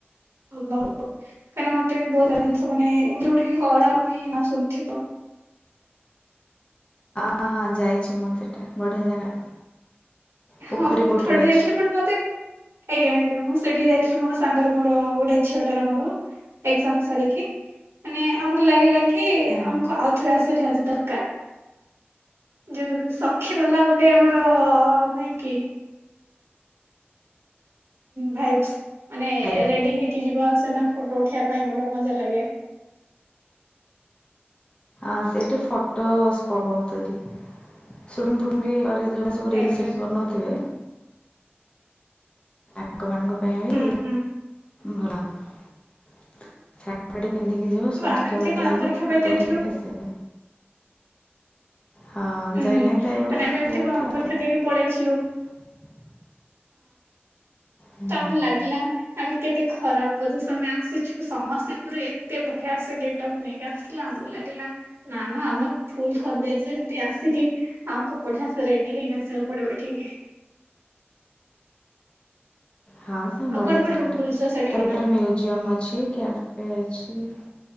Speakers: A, on the right; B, on the left.
A: ଭଲ ହବ କାହିଁକିନା ମତେ ବହୁତ ସାରା ଜିନିଷ ମାନେ ଯୋଉଟା କଳାହୁମି ନା ଶୁଣିଥିବ।
B: ହଁ ହଁ ଯାଇଚି ମୁଁ ସେଇଟା ବଢ଼ିଆ ଜାଗା। ପୋଖରୀ
A: ହଁ ମୁଁ
B: ପଟରେ
A: ଥରଟେ ରେ
B: ଅଛି
A: ଯାଇଥିଲି ବଟ୍ ମତେ ଆଜ୍ଞା ଆଜ୍ଞା ମୁଁ ସେଠି ଯାଇଥିଲି ମୋର ସାଙ୍ଗର ମୋର ଗୋଟେ ଝିଅଟାର ମୋର ଏକ୍ଜାମ ସାରିକି ମାନେ ଆମକୁ ଲାଗିଲା କି
B: ହଁ।
A: ଆମକୁ ଆଉଥରେ ଆସିଠି ନିହାତି ଦରକାର, ଯୋଉ ସଖି ବାଲା ଗୋଟେ ଆମର ନାଇଁକି ଭାଇସ୍ପି ମାନେ
B: ଯାଇବି।
A: ରେଡି ହେଇକି ଯିବା ଆ ସେନା ଫଟୋ ଉଠେଇବା ପାଇଁ ଗୋଟେ ମଜା ଲାଗେ।
B: ହଁ ସେଇଠି ଫଟୋ ସ୍ପଟ୍ ବହୁତ ଅଛ। ଶୁଣୀ ଫୁଣୀ ବି ଆରେ <unintelligible> ଜଣେ ସବୁ ରିଲ
A: ଆଜ୍ଞା
B: ସେଠି ବନଉଥିବେ ଆଗ ମାନଙ୍କ ପାଇଁ ବି
A: ହୁଁ ହୁଁ
B: ଭଲ ଶାଢ଼ୀ ପାଢ଼ୀ ପିନ୍ଧିକି ଯିବ ସଜବାଜ
A: ଆମେ ଏମିତି କଣ
B: ହେଇକି
A: ପରୀକ୍ଷା
B: ଫଟୋ
A: ପାଇଁ ଯାଇଥିଲୁ
B: ଉଠେଇକି ଆସିବ ପାଇଁ ହଁ
A: ହୁଁ।
B: ଯାଇନହିଁ ତ ଏଇପଟେ
A: ମାନେ
B: ଆସିିବା
A: ଆମେ ଏମିତି କଣ
B: କଥା
A: ପରୀକ୍ଷା
B: ଆଉ।
A: ଦେଇକି ପଳେଇଥିଲୁ
B: ହୁଁ।
A: ତମକୁ ଲାଗିଲା ଆମେ କେତ ଏତେ ଖରାପ ପୋଜିସନ୍ ରେ ଆସିଛୁ ସମସ୍ତେ ପୁରା ଏତେ ବଢିଆ ସେ ଗେଟ୍ ଅପ୍ ନେଇକି ଆସିଥିଲା ଆମକୁ ଲାଗିଲା ନା ନା ଆମେ ଭୁଲ କରିଦେଇଛୁ ଏମତି ଆ ିକି ଆମକୁ ପଠିଆସ <unintelligible> ରେଡି ହେଇକି ଆସିବାକୁ ପଡିବ ଏଠିକି
B: ହଁ ସେ
A: ଆଉ
B: ବଢିଆ
A: କୋଉଠି କୋଉଠି
B: ଜାଗା ଟା
A: ବୁଲୁଛ ସେଠିକି
B: ତା ଭିତରେ
A: ନା
B: ମ୍ୟୁଜିୟମ ଅଛି କ୍ୟାଫେ ଅଛି।